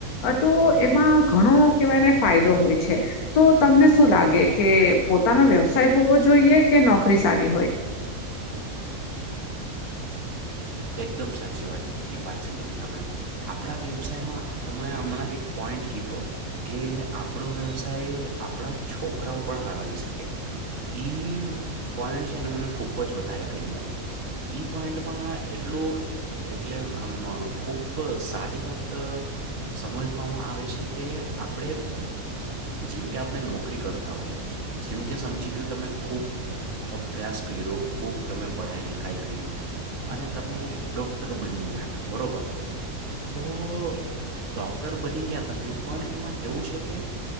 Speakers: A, on the left (about 85°); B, on the right (about 60°).
A: તો એમાં ઘણો કેહેવાયને ફાયદો હોય છે. તો તમને શું લાગે કે પોતાના વ્યવસાય હોવો જોઈએ? કે નોકરી સારી હોય?
B: એકદમ સાચી વાત કીધી પાર્થિવી બેન તમે. આપણા વ્યવસાયમાં તમે હમણાં એક પોઈન્ટ કીધો. કે આપણો વ્યવસાય આપણા છોકરાઓ પણ હલાવી શકે. ઈ પોઈન્ટ છે ને મને ખુબ જ વધારે ગમીયો ઈ પોઈન્ટમાં. એટલું એટલે આમ ખુબ સારી વાત. સમજવામાં આવે છે કે આપડે જેમકે આપણે નોકરી કરતા હોય જેમ કે સમજી લો તમે ખૂબ અભ્યાસ કર્યો ખુબ તમે પઢાઈ લિખાઈ કઇરી અને તમે ડોક્ટર બની ગયા બરોબર. તો ડોક્ટર બની ગયા તમે પણ એમાં એવું છે કે.